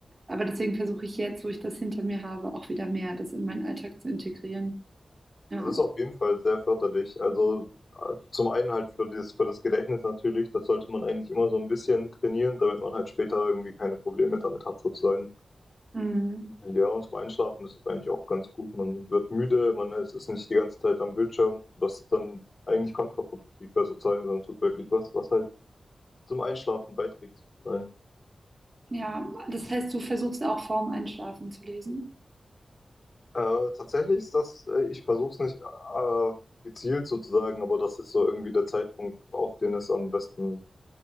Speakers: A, on the right; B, on the left.
A: aber deswegen versuche ich jetzt, wo ich das hinter mir habe, auch wieder mehr das in meinen Alltag zu integrieren. Ja.
B: Das ist auf jeden Fall sehr förderlich. Also äh, zum einen halt für das, für das Gedächtnis natürlich, das sollte man eigentlich immer so ein bisschen trainieren, damit man halt später irgendwie keine Probleme damit hat sozusagen.
A: Mhm.
B: Ja, und zum Einschlafen ist es eigentlich auch ganz gut. Man wird müde, man ist ist nicht die ganze Zeit am Bildschirm, was dann eigentlich kontraproduktiv wäre sozusagen, sondern tut wirklich was, was halt zum Einschlafen beiträgt sozusagen.
A: Ja, das heißt, du versuchst auch vorm Einschlafen zu lesen.
B: Äh, tatsächlich ist das, äh, ich versuche es nicht äh, gezielt sozusagen, aber das ist so irgendwie der Zeitpunkt, auf den es am besten